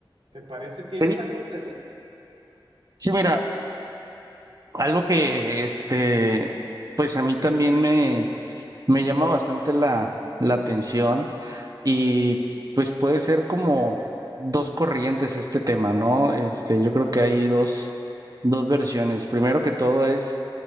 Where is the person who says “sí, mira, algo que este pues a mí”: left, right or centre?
Right